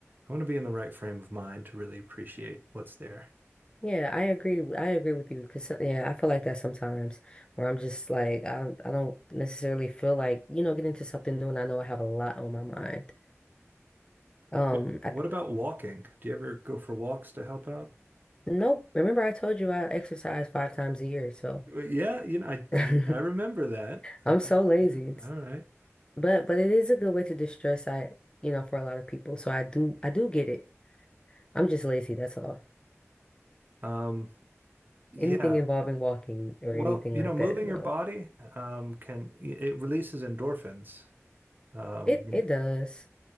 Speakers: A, on the right; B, on the left.
A: I want to be in the right frame of mind to really appreciate what's there.
B: Yeah, I agree. w- I agree with you because yeah, I feel like that sometimes where I'm just like I I don't necessarily feel like, you know, get into something new and I know I have a lot on my mind. Um,
A: What
B: I,
A: what about walking? Do you ever go for walks to help out?
B: nope. Remember I told you I exercise five times a year, so
A: Well, Yeah, you know, I
B: <laughs>
A: I, I remember that.
B: I'm
A: Uh,
B: so lazy.
A: yeah, all right.
B: But but it is a good way to distress I you know for a lot of people. So I do I do get it. I'm just lazy, that's all.
A: Um, yeah.
B: Anything involving walking or
A: Well,
B: anything
A: you
B: like
A: know, moving
B: that, no.
A: your body um, can it releases endorphins, Um,
B: It it does.